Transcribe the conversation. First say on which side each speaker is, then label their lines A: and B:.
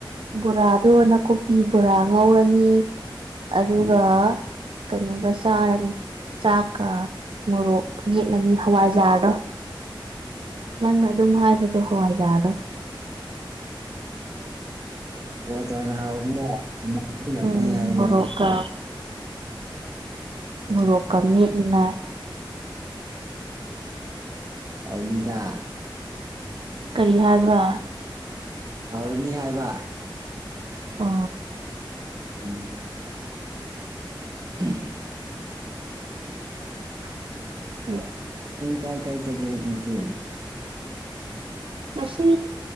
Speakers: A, on the right (about 85°); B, on the right (about 45°).
A: ꯕꯣꯔꯥꯗꯣ ꯅꯥꯀꯨꯞꯄꯤ ꯕꯣꯔꯥ ꯉꯧꯔꯅꯤ ꯑꯗꯨꯒ
B: ꯎꯝ
A: ꯀꯩꯅꯣꯒ ꯆꯥꯔꯅꯤ ꯆꯥꯛꯀ ꯃꯣꯔꯣꯛ ꯅꯦꯛꯂꯅꯤ ꯍꯋꯥꯏꯖꯥꯔꯗꯣ ꯅꯪꯅ ꯑꯗꯨꯝ ꯍꯥꯏꯕꯗꯣ ꯀꯋꯥꯥꯏꯖꯗꯣ
B: ꯀ ꯇꯅꯅꯅꯦ
A: ꯎꯝ ꯃꯣꯔꯣꯛꯀ ꯃꯣꯔꯣꯛꯀ ꯃꯠꯃꯤꯅꯥꯥꯏ
B: ꯑꯔꯅꯤꯗꯥ
A: ꯀꯔꯤ ꯍꯥꯏꯔꯕ
B: ꯍꯧꯔꯅꯤ ꯍꯥꯏꯕ
A: ꯑ
B: ꯎꯝ ꯎꯝ ꯎꯝ
A: ꯀꯦ
B: ꯀꯔ ꯀꯥꯏ ꯆꯒꯦ ꯉꯆꯦ
A: ꯉꯁꯤ